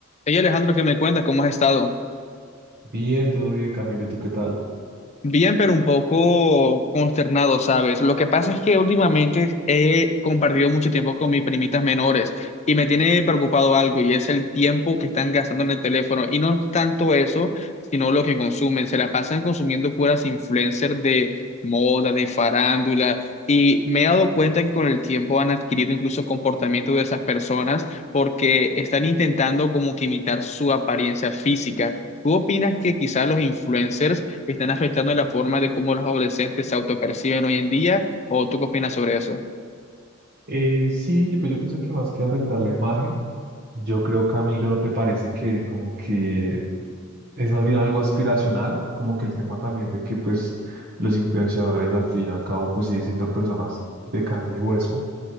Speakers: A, on the left (about 30°); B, on the right (about 50°).
A: Hey Alejandro, ¿qué me cuenta? ¿Cómo has estado?
B: Bien, todo bien, Camilo. ¿Y tú qué tal?
A: Bien, pero un poco consternado, ¿sabes? Lo que pasa es que últimamente he compartido mucho tiempo con mis primitas menores y me tiene preocupado algo y es el tiempo que están gastando en el teléfono. Y no es tanto eso, sino lo que consumen. Se la pasan consumiendo puras influencers de moda, de farándula. Y me he dado cuenta que con el tiempo han adquirido incluso comportamiento de esas personas porque están intentando como que imitar su apariencia física. ¿Tú opinas que quizás los influencers que están afectando la forma de cómo los adolescentes se autoperciben hoy en día? ¿O tú qué opinas sobre eso?
B: Eh, sí, pues yo pienso que más que afectar la imagen, yo creo, Camilo, ¿no te parece que como que es más bien algo aspiracional? Como que el tema también de que pues los influenciadores al fin y al cabo pues siguen siendo personas de carne y hueso.